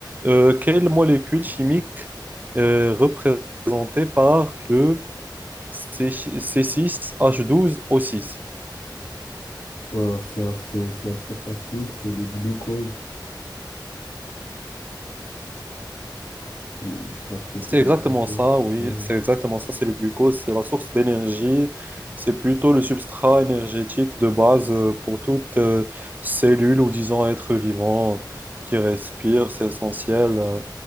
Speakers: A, on the right (about 20°); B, on the left (about 65°).
A: Euh, quelle molécule chimique est représentée par le C6H12O6?
B: Euh, c'est assez, c'est assez facile, c'est le glucose. Hum, Je pense que c'est
A: C'est
B: le
A: exactement
B: glucose.
A: ça, oui,
B: Ouais, ouais.
A: c'est exactement ça, c'est le glucose, c'est la source d'énergie, c'est plutôt le substrat énergétique de base euh, pour toute euh, cellule ou disons être vivant qui respire, c'est essentiel euh,